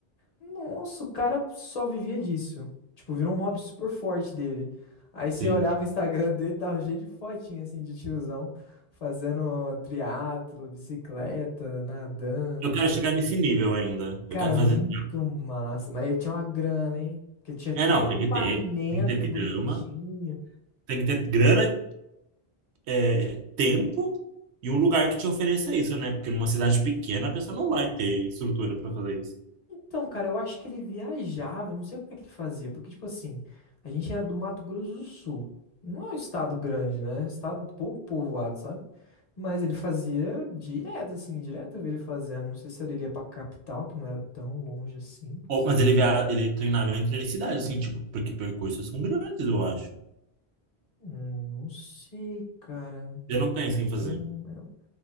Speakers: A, on the left; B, on the right.
A: Nossa, o cara só vivia disso. Tipo, virou um hobby super forte dele. Aí você
B: sim.
A: olhava o Instagram dele, tava cheio de fotinha, assim, de tiozão, fazendo triatlo, bicicleta, nadando.
B: Eu quero chegar nesse nível ainda.
A: Cara,
B: Eu quero
A: muito
B: fazer. assim,
A: massa. Mas ele tinha uma grana, hein? Porque ele tinha tudo
B: É, não,
A: equipamento
B: tem que ter. Tem que ter
A: bonitinho.
B: grama, tem que ter grana, é, tempo e um lugar
A: E
B: que te ofereça isso, né? Porque numa cidade pequena a pessoa não vai ter estrutura para fazer isso.
A: Então, cara, eu acho que ele viajava, não sei como é que ele fazia, porque, tipo assim, a gente era do Mato Grosso do Sul. Não é um estado grande, né? É um estado pouco povoado, sabe? Mas ele fazia direto, assim, direto eu vi ele fazendo. Não sei se ele ia pra capital, que não era tão longe assim.
B: Ou, mas ele, via, ele treinava entre as cidades, assim, tipo, porque percursos são grandes, eu acho.
A: Hum, não sei, cara.
B: Eu não penso em fazer.
A: Eu não, eu-